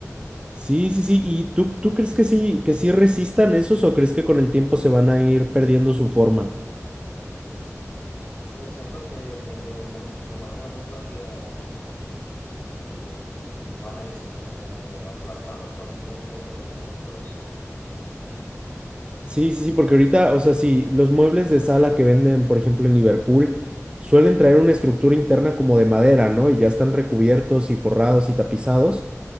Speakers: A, on the right; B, on the left.
A: Sí, sí, sí. ¿Y tú, tú crees que sí, que sí resistan esos o crees que con el tiempo se van a ir perdiendo su forma?
B: Pues siento que de, muy- de manera muy rápida eh, van a irse como aplastando con el mismo peso de nosotros.
A: Sí, sí, sí, porque ahorita, o sea, sí, los muebles de sala que venden, por ejemplo, en Liverpool, suelen traer una estructura interna como de madera, ¿no? Y ya están recubiertos y forrados y tapizados,